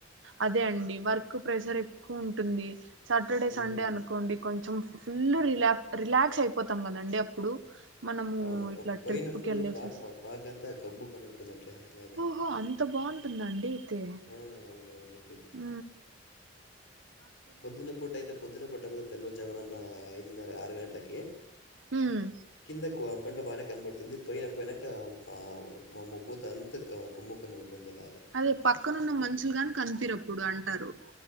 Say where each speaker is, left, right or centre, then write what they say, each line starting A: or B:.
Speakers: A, on the right (about 90°); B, on the left (about 70°).
A: అదే అండి వర్క్ ప్రెషర్ ఎక్కువ ఉంటుంది సాటర్డే
B: హ్మ్.
A: సండే
B: హ్మ్.
A: అనుకోండి కొంచెం ఫుల్ రిలా రిలాక్స్ అయిపోతాం కదండి అప్పుడు మనము
B: అవును. ఓహ్!
A: ఇట్లా
B: పైన
A: ట్రిప్కి
B: ఫుల్
A: వెళ్ళేసే
B: ఫాగ్ మ ఫాగ్ అంతా కమ్ముకని ఉంటుందట్లే అలాగా
A: ఓహో అంత బాగుంటుందండి అయితే
B: ఆ అవునవునండి
A: ఉ
B: పొద్దున పూట అయితే పొద్నన్నా పూట తెల్లారు జామున ఐదున్నరా ఆరు గంటలకే
A: ఉమ్
B: కిందకు కొండా బాగానే కనబడుతుంది పోయిన పోయినాక మా మబ్బు అంతా కమ్ముకుని ఉంటుంది అలాగా
A: అదే పక్కనున్న మనుషులు గాని కనిపియారప్పుడు అంటారు